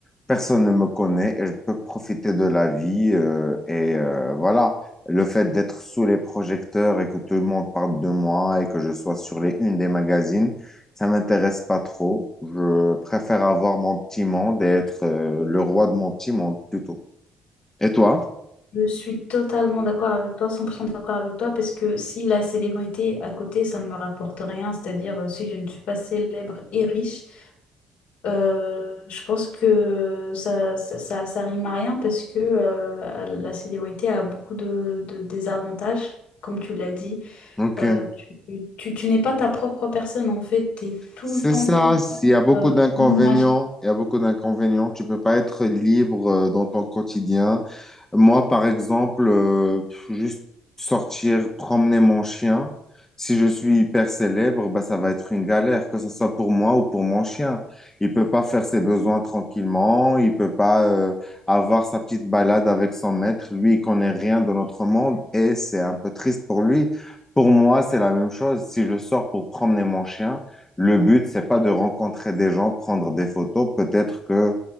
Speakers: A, on the left; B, on the left.
A: personne ne me connaît et je peux profiter de la vie. euh, et euh, voilà, le fait d'être sous les projecteurs et que tout le monde parle de moi et que je sois sur les unes des magazines, ça m'intéresse pas trop. Je préfère avoir mon petit monde et être euh, le roi de mon petit monde plutôt. Et toi?
B: Je suis totalement d'accord avec toi, 100% d'accord avec toi, parce que si la célébrité à côté, ça ne me rapporte rien, c'est-à-dire euh, si je ne suis pas célèbre et riche, euh, je pense que ça, ça, ça, ça rime à rien parce que euh, la célébrité a beaucoup de, de désavantages, comme tu l'as dit.
A: Ok.
B: Euh, tu, tu, tu n'es pas ta propre personne, en fait, tu es tout
A: C'est
B: le temps,
A: ça,
B: tout le temps,
A: il y a beaucoup
B: euh,
A: d'inconvénients,
B: une image.
A: il y a beaucoup d'inconvénients, tu peux pas être libre euh, dans ton quotidien. Moi, par exemple, euh, pff, juste sortir, promener mon chien, si je suis hyper célèbre, bah, ça va être une galère, que ce soit pour moi ou pour mon chien. Il peut pas faire ses besoins tranquillement, il peut pas euh, avoir sa petite balade avec son maître. Lui, il connaît rien de notre monde et c'est un peu triste pour lui. Pour moi, c'est la même chose. Si je sors pour promener mon chien, le but, c'est pas de rencontrer des gens, de prendre des photos. Peut-être que,